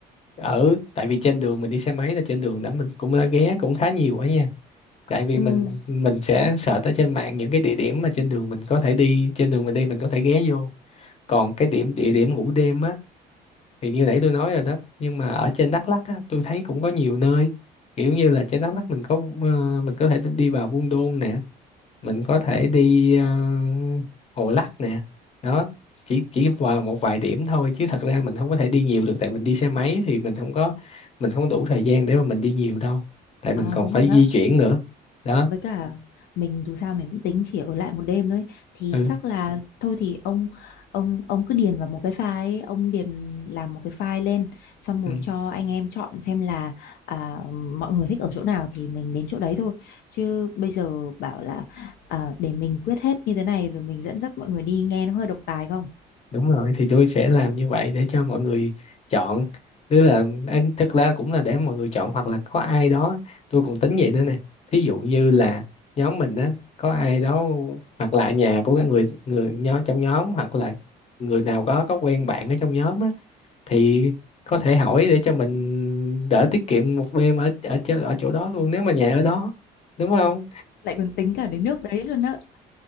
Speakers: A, on the left; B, on the left.
A: ở tại vì trên đường mình đi xe máy là trên đường đó mình cũng đã ghé cũng khá nhiều quá nha tại vì
B: Ừ,
A: mình mình sẽ search ở trên mạng những cái địa điểm mà trên đường mình có thể đi trên đường mình đi mình có thể ghé vô còn cái điểm địa điểm ngủ đêm á thì như nãy tôi nói rồi đó nhưng mà ở trên Đắk Lắk á, tôi thấy cũng có nhiều nơi kiểu như là trên Đắk Lắk mình có ờ, mình có thể đi vào Buôn Đôn nè mình có thể đi ờ, Hồ Lắc nè đó chỉ chỉ vào một vài điểm thôi chứ thật ra mình không có thể đi nhiều được tại mình đi xe máy thì mình không có mình không đủ thời gian để mà mình đi nhiều đâu tại mình
B: à,
A: còn
B: đúng
A: phải
B: rồi đó.
A: di chuyển nữa đó
B: với cả mình dù sao mình cũng tính chỉ ở lại một đêm thôi thì
A: ừ
B: chắc là thôi thì ông ông ông cứ điền vào một cái file ấy, ông điền làm một cái file lên xong rồi
A: ừ
B: cho anh em chọn xem là à, mọi người thích ở chỗ nào thì mình đến chỗ đấy thôi chứ bây giờ bảo là à, để mình quyết hết như thế này rồi mình dẫn dắt mọi người đi nghe nó hơi độc tài không
A: đúng rồi thì tôi sẽ làm như vậy để cho mọi người chọn tức là em thực ra cũng là để mọi người chọn hoặc là có ai đó tôi còn tính vậy nữa nè thí dụ như là nhóm mình á có ai đó hoặc là nhà của cái người người nhóm trong nhóm hoặc là người nào có có quen bạn ở trong nhóm á thì có thể hỏi để cho mình đỡ tiết kiệm một đêm ở ở chỗ- ở chỗ đó luôn nếu mà nhà ở đó đúng không
B: lại còn tính cả đến nước đấy luôn á